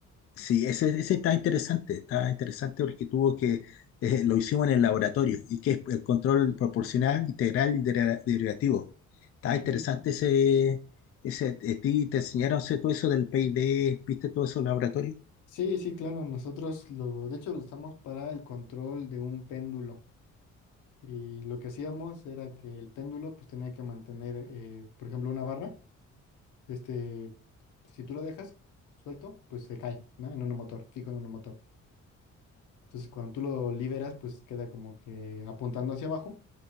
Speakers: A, on the left; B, on the left.
A: Sí, ese, ese está interesante, está interesante porque tuvo que, eh, lo hicimos en el laboratorio y que es el control proporcional, integral y dera- derivativo. Está
B: Sí,
A: interesante
B: sí, sí.
A: ese, ese, a ti te enseñaron ese- todo eso del PID, ¿viste todo eso en el laboratorio?
B: Sí, sí, claro, nosotros lo, de hecho lo usamos para el control de un péndulo y lo que hacíamos era que el péndulo pues tenía que mantener, eh, por ejemplo, una barra, este, si tú lo dejas suelto, pues se cae, ¿no? En un motor, fijo en un motor. Entonces cuando tú lo liberas, pues queda como que apuntando hacia abajo